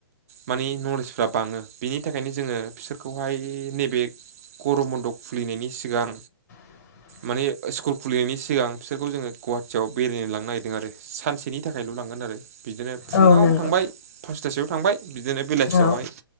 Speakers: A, on the right (about 40°); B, on the left (about 40°).
A: मानि नलेजफ्रा बाङो बिनि थाखायनो जोङो फिसोरखौहाय नेबे गरम मन्दप खुलिनायनि सिगां
B: <inaudible>
A: माने स्कुल खुलिनायनि सिगां फिसोरखौ जोङो गुवाहाटियाव बेरायनो लांनो नागिरदों आरो सानसेनि थाखायल' लांगोन आरो बिदिनो फुङाव
B: औ नंगौ
A: थांबाय फासथासोआव थांबाय बिदिनो बेलासियावहाय
B: औ